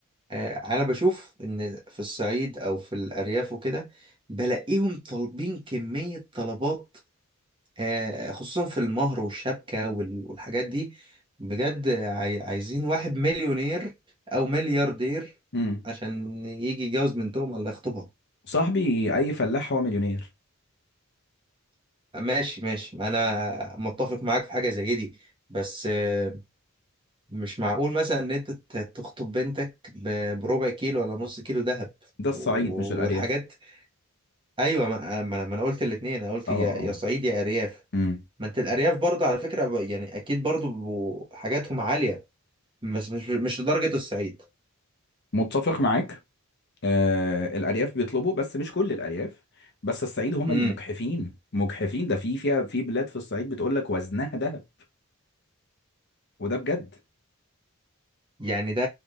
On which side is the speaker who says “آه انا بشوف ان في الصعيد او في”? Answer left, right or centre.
Right